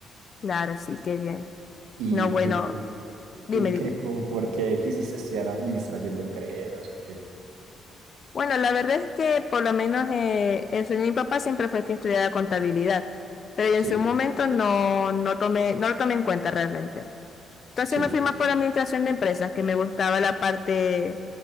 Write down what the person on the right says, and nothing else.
¿Y
tú
¿Tú
qué, como, por qué quisiste estudiar administración de empresas o qué?
Sí,
sí,